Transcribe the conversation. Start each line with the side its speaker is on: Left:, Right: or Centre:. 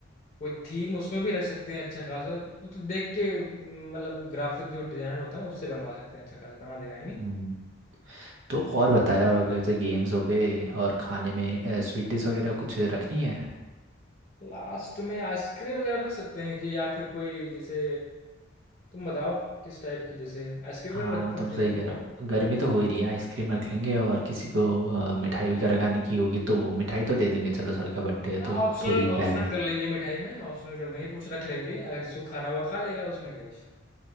Left: कोई थीम उसमें भी रख सकते हैं अच्छा खासा वो तो देख के मतलब ग्राफिक जो डिजाइनर होता है ना उससे बनवा सकते हैं अच्छा खासा बना देगा है नहीं
Right: हम्म, तो और बताया और अगर जैसे गेम्स हो गए और खाने में स्वीट डिश वगैरह कुछ रखनी है
Left: लास्ट में आइसक्रीम वगैरह रख सकते हैं कि या फिर कोई जैसे तुम बताओ किस टाइप की जैसे आइसक्रीम
Right: हाँ
Left: वगैरह रखते
Right: तुम
Left: हैं सही
Right: सही
Left: है
Right: कह रहे हो गर्मी तो हो ही रही है आइसक्रीम रख लेंगे और किसी को अ, मिठाई वगैरह खाने की होगी तो मिठाई तो दे देंगे चलो सर का बर्थडे है
Left: हाँ
Right: तो
Left: ऑप्शनल
Right: थोड़ी
Left: ऑप्शनल
Right: पहले
Left: कर लेंगे मिठाई में ऑप्शनल कर देंगे कुछ रख लेंगे अगर जिसको खाना हुआ खा लेगा उसमें क्या इशू